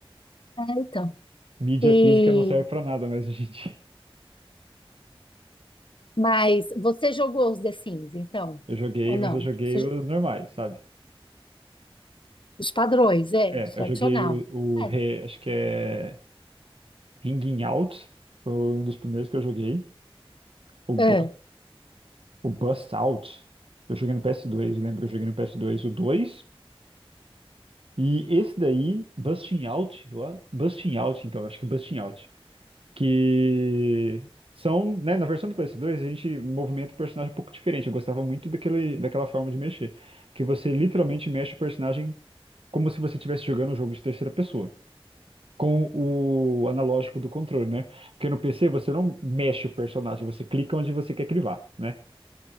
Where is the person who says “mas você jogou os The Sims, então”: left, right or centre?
Left